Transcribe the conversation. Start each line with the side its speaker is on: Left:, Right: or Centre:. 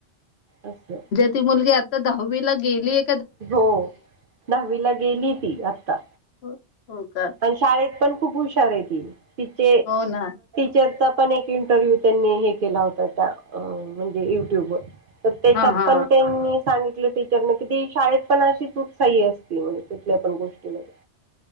Right: असं
Left: ती मुलगी तर दहावीला गेली
Right: हो दहावीला गेली ती आता
Left: हो हो का
Right: प शाळेत खप हुश त
Left: हो ना
Right: टरचा पण एक इंटरव्ह्यू त्यांनी हे केला होता त्या म्हणजे युट्यूब वर तर त्याच्यात
Left: हा हा
Right: पण त्यांनी सांगितलं टीचरन किी शाळेत पण अशी तूच साही असती म्हणजे कुठल्या पण गोष्टीमध्ये